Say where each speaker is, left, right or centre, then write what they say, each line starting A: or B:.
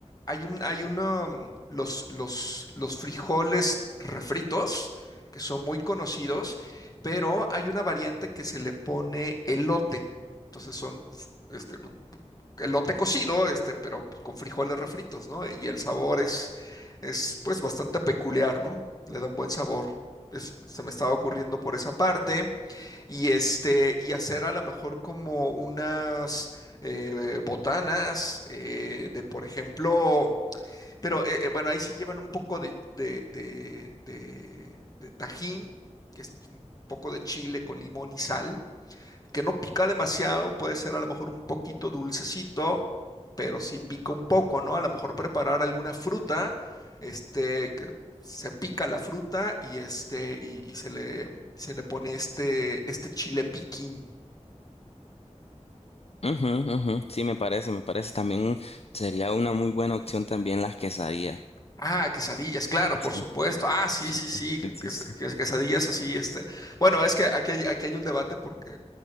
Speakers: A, on the left; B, on the left.
A: hay un, hay uno mm, los, los, los frijoles refritos, que son muy conocidos, pero hay una variante que se le pone elote. Entonces son, f- este, elote cocido, este, pero pues, con frijoles refritos, ¿no? Y el sabor es, es pues bastante peculiar, ¿no? Le da un buen sabor. Es- se me estaba ocurriendo por esa parte. Y este, y hacer a lo mejor como unas eh, botanas eh, de, por ejemplo, pero eh, eh, bueno, ahí sí llevan un poco de, de, de, de, de tajín, que es un poco de chile con limón y sal que no pica demasiado, puede ser a lo mejor un poquito dulcecito, pero sí pica un poco, ¿no? A lo mejor preparar alguna fruta, este, que se pica la fruta y este, y, y se le, se le pone este, este chile piquín.
B: Ujú, ujú. Sí, me parece, me parece. También sería una muy buena opción también las quesadillas.
A: Ah, quesadillas, claro, por
B: Sí,
A: supuesto. Ah, sí,
B: sí,
A: sí,
B: sí,
A: sí, que-
B: sí,
A: que-
B: sí.
A: que- quesadillas así, este. Bueno, es que aquí hay, aquí hay un debate porque